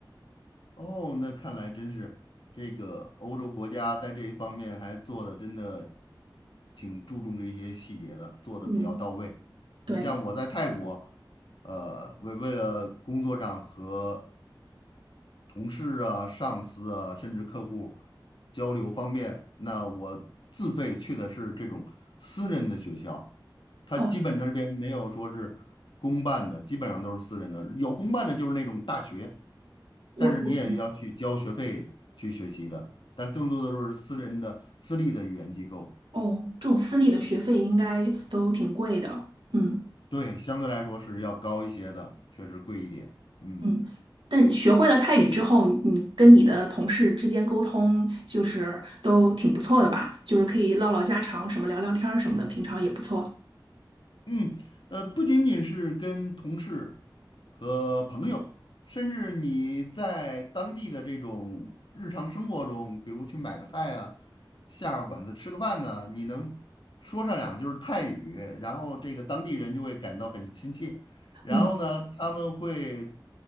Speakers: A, on the left (about 70°); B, on the right (about 80°).
A: 哦，那看来真是这个欧洲国家在这一方面还做的真的挺注重这些细节的，做的比较到位。
B: 嗯，对，
A: 你像我在泰国，呃，为为了工作上和同事啊、上司啊，甚至客户交流方便。那我自费去的是这种私人的学校，它基本这边没有说是公办的，
B: 哦，
A: 基本上都是私人的。有公办的就是那种大学，
B: 我我
A: 但是你也要去交学费去学习的，但更多的都是私人的、私立的语言机构。
B: 哦，这种私立的学费应该都挺贵的，嗯。
A: 对，相对来说是要高一些的，确实贵一点。嗯。
B: 嗯，但学会了泰语之后，你跟你的同事之间沟通就是都挺不错的吧？就是可以唠唠家常，什么聊聊天儿什么的，平常也不错。
A: 嗯，呃，不仅仅是跟同事和朋友，甚至你在当地的这种日常生活中，比如去买个菜啊，下个馆子吃个饭呢，你能说上两句儿泰语，然后这个当地人就会感到很亲切，然后呢，
B: 嗯，
A: 他们会